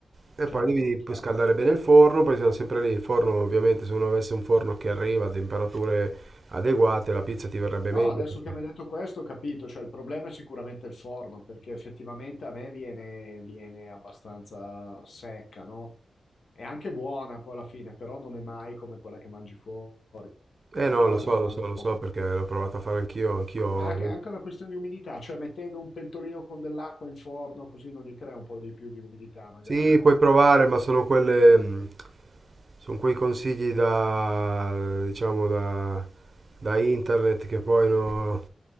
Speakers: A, on the right; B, on the left.
A: E
B: Certo,
A: poi devi poi
B: chiaro.
A: scaldare bene il forno, poi siamo sempre lì, il forno ovviamente se uno avesse un forno che arriva a temperature adeguate la pizza ti verrebbe
B: No,
A: meglio
B: adesso
A: perché...
B: che mi hai detto questo ho capito, cioè il problema è sicuramente il forno, perché effettivamente a me viene, viene abbastanza secca, no? È anche buona poi alla fine, però non è mai come quella che mangi fuori, perché
A: Eh no,
B: quella
A: lo
B: te
A: so,
B: la fanno
A: lo so,
B: in
A: lo
B: poco.
A: so perché l'ho provato a fare anch'io, anch'io.
B: Ma anche anche una questione di umidità, cioè mettendo un pentolino con dell'acqua in forno così non gli crea un po' di più di umidità, magari
A: Sì,
B: no,
A: puoi provare, ma sono quelle, mh, sono quei consigli da, diciamo, da, da internet che poi no-